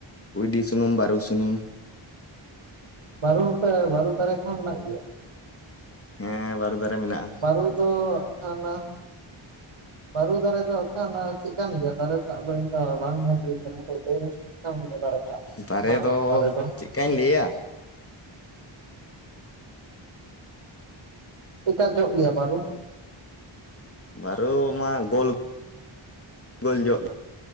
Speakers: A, on the left (about 30°); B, on the right (about 85°).
A: ᱠᱩᱭᱰᱤ ᱥᱩᱱᱩᱢ, ᱵᱟᱨᱩ ᱥᱩᱱᱩᱢ᱾
B: ᱵᱟᱨᱩ ᱦᱚᱯᱮ ᱵᱟᱨᱩ ᱫᱟᱨᱮ ᱠᱚᱦᱚᱸ ᱢᱮᱱᱟᱜ ᱜᱮᱭᱟ?
A: ᱦᱮᱸ ᱵᱟᱹᱨᱩ ᱫᱟᱨᱮ ᱢᱮᱱᱟᱜᱼᱟ᱾
B: ᱵᱟᱨᱩ ᱫᱚ ᱦᱟᱱᱟ ᱵᱟᱹᱨᱩ ᱫᱟᱨᱮ ᱫᱚ ᱦᱟᱜ ᱠᱷᱟᱱ ᱪᱮᱫ ᱠᱟᱱ ᱜᱮᱭᱟ ᱫᱟᱨᱮ ᱴᱟᱜ ᱫᱚ ᱤᱧ ᱫᱚ ᱵᱟᱝ ᱧᱮᱞ ᱦᱩᱭ ᱠᱟᱱᱟ ᱛᱚ ᱞᱟᱭ ᱢᱮᱥᱮ᱾ <unintelligible> ᱫᱟᱨᱮ ᱴᱟᱜ
A: ᱫᱟᱨᱮ
B: ᱚᱱᱟ ᱫᱟᱨᱮ ᱫᱚ᱾
A: ᱪᱮᱫᱠᱟᱧ ᱞᱟᱹᱭᱟ
B: ᱪᱮᱫᱠᱟ ᱡᱚᱜ ᱜᱮᱭᱟ? ᱵᱟᱹᱨᱩ
A: ᱵᱟᱨᱩ ᱢᱟ ᱜᱳᱞ ᱜᱳᱞ ᱡᱚᱜ᱾